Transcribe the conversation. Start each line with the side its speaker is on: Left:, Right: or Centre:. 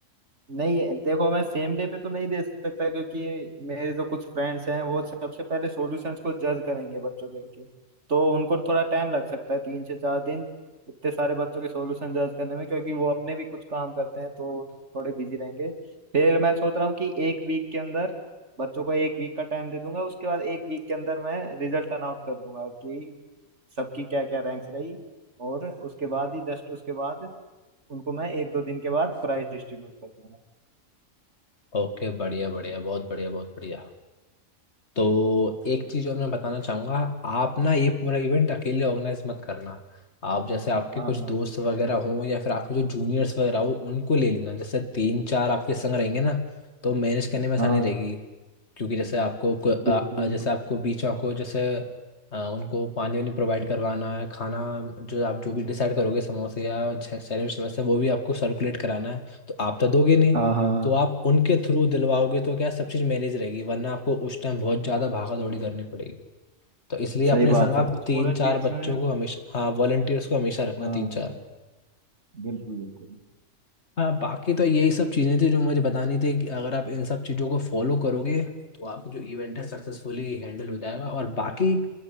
Right: नहीं देखो मैं सेम डे पे तो नहीं दे सकता क्योंकि मेरे जो कुछ फ्रेंड्स हैं वो सबसे पहले सॉल्यूशंस को जज करेंगे बच्चों के लेके तो उनको थोड़ा टाइम लग सकता है तीन से चार दिन इतने सारे बच्चों के सॉल्यूशन जज करने में क्योंकि वो अपने भी कुछ काम करते हैं तो थोड़े बिजी रहेंगे फिर मैं सोच रहा हूँ कि एक वीक के अंदर बच्चों को एक वीक का टाइम दे दूंगा उसके बाद एक वीक के अंदर मैं रिजल्ट अनाउंस कर दूंगा कि सबकी क्या क्या रैंक्स रही और उसके बाद ही जस्ट उसके बाद उनको मैं एक दो दिन के बाद प्राइज डिस्ट्रीब्यूट कर दूंगा
Left: ओके बढ़िया बढ़िया बहुत बढ़िया बहुत बढ़िया तो एक चीज और मैं बताना चाहूंगा आप ना ये पूरा इवेंट अकेले ऑर्गेनाइज मत करना आप जैसे आपके
Right: हाँ
Left: कुछ
Right: हाँ
Left: दोस्त वगैरह हों या फिर आपके जो जूनियर्स वगैरह हो उनको ले लेना जैसे तीन चार आपके संग रहेंगे ना तो मैनेज करने में आसानी
Right: हाँ
Left: रहेगी क्योंकि जैसे आपको को-
Right: बिल्कुल
Left: अ- अ-
Right: बिल्कुल
Left: जैसे आपको बीच में आपको जैसे अ, उनको पानी वानी प्रोवाइड करवाना है खाना जो आप जो भी डिसाइड करोगे समोसे या सैंडविच वैसे वो भी आपको सर्कुलेट कराना है तो आप तो दोगे नहीं
Right: हाँ हाँ
Left: तो आप उनके थ्रू दिलवाओगे तो क्या सब चीज़ मैनेज रहेगी वरना आपको उस टाइम बहुत ज़्यादा भागा दौड़ी करनी पड़ेगी तो इसलिए अपने
Right: सही बात
Left: संग
Right: है
Left: आप
Right: कुछ
Left: तीन
Right: वॉलंटियर्स
Left: चार बच्चों
Right: हैं
Left: को हमेशा हाँ वॉलंटियर्स को हमेशा रखना
Right: हाँ
Left: तीन चार
Right: बिल्कुल बिल्कुल
Left: हाँ बाकी तो यही सब चीज़ें थी जो मुझे बतानी थी कि अगर आप इन सब चीज़ों को फॉलो करोगे तो आपका जो इवेंट है सक्सेसफुली हैंडल हो जाएगा और बाकी